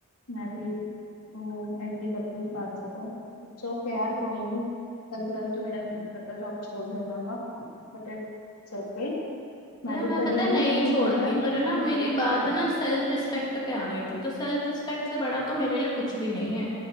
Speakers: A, on the left (about 85°); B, on the left (about 20°).
A: मैं भी वो एग्री करती हूँ इस बात से तो इट्स ओके यार कोई नहीं कभी कभी तो मेरा भी मन करता है जॉब छोड़ देना का बट इट्स ओके मैं
B: यार
A: भी
B: मैं
A: कर
B: पता
A: ही रही
B: है, नहीं
A: हूँ तुम
B: छोड़ती
A: भी कर लो यार नई
B: पर है
A: जॉब
B: ना
A: मिल
B: मेरी
A: जाएगी मेरे
B: बात
A: को
B: है
A: पता
B: ना
A: है
B: सेल्फ
A: तुम्हारा
B: रिस्पेक्ट पे आ गई थी तो सेल्फ रिस्पेक्ट से बड़ा तो मेरे लिए कुछ भी नहीं है